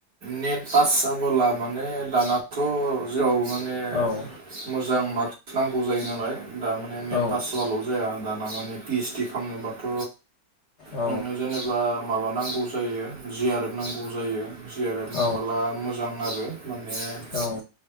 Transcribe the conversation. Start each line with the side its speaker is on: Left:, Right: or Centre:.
Right: नेट पास जाबोला माने दानाथ' जेराव माने
Left: औ
Right: मोजां मार्कस नांगौ जायो नालाय दा म नेट
Left: औ
Right: पास जआाल' जाया दाना माने पिइसडि खालामनोबाथ'
Left: औ
Right: नोंङो जेनेबा माबा नांगौ जायो जि आर एफ नांगौ जायो जि आर एफ मोनबोला
Left: औ
Right: मोजां आरो। <inaudible>
Left: औ